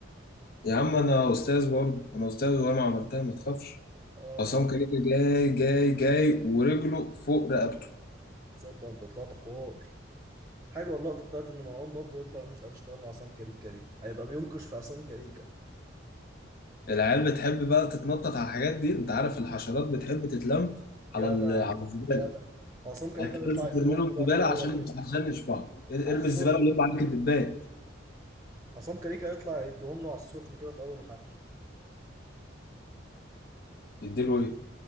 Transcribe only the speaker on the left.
يا عم انا استاذ برضه انا استاذ وهي ما عملتها ما تخافش
عصام كريك جاي جاي جاي ورجله فوق رقبته
العيال بتحب بقى تتنطط على الحاجات دي انت عارف الحشرات بتحب تتلم على
ال- على الزبالة
انت
لازم ترمي
لهم
زباله
عشان
عشان يشبعوا ارمي
الزباله ولم عليك الدبان
يديله ايه؟